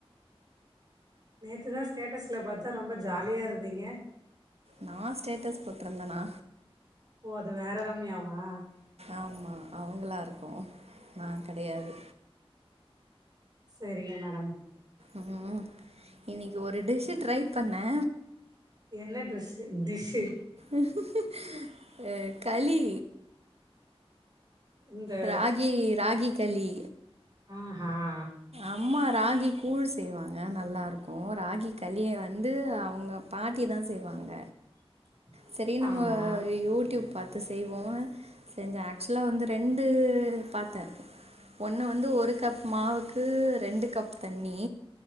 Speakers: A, on the right; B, on the right.
A: நேத்துதா ஸ்டேட்டஸ்ல பாத்த ரொம்ப ஜாலியா இருந்தீங்க
B: நா ஸ்டேட்டஸ் போட்ருந்தனா
A: ஓ அது வேற ரம்யாவா
B: ஆம்மா அவுங்களாருக்கு நா கெடயாது
A: செரிங்க மேடம்
B: ம் இன்னிக்கு ஒரு டிஷ் ட்ரை பண்னெ
A: என்ன ட்ரெஸ்சு டிஷ்க்ஷூ
B: உ களி
A: இந்த
B: ராகி ராகி களி
A: அஹ
B: அம்மா ராகி கூழ் செய்வாங்க நல்லாருக்கு ராகி கலிய வந்து அவுங்க பாட்டி தா செய்வாங்க
A: <inaudible>
B: சரி நம்ம
A: ஆமா
B: யூடியூப் பாத்து செய்வோ செஞ்ச ஆக்சுலா வந்து ரெண்டு பாத்த ஒன்னு வந்து ஒரு கப் மாவுக்கு ரெண்டு கப் தண்ணி